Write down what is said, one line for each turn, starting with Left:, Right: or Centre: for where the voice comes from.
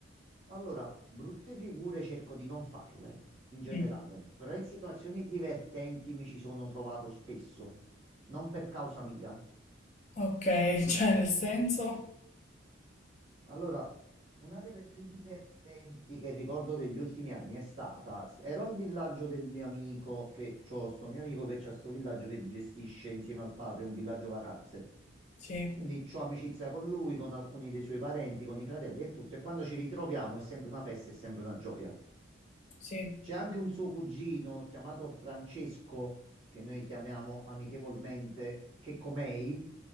Right: Allora, brutte figure cerco di non farle, in generale,
Left: Mm.
Right: però in situazioni divertenti mi ci sono trovato spesso, non per causa mia.
Left: Ok, <laughs> cioè nel senso?
Right: Allora, una delle più divertenti che ricordo degli ultimi anni è stata, ero al villaggio del mio amico, che c'ho sto mio amico che c'ha sto villaggio che gestisce insieme al padre un villaggio vacanze.
Left: Sì,
Right: Quindi ho amicizia con lui, con alcuni dei suoi parenti, con i fratelli e tutto. E quando ci ritroviamo è sempre una festa, è sempre una gioia.
Left: sì.
Right: C'è anche un suo cugino chiamato Francesco, che noi chiamiamo amichevolmente Checomei,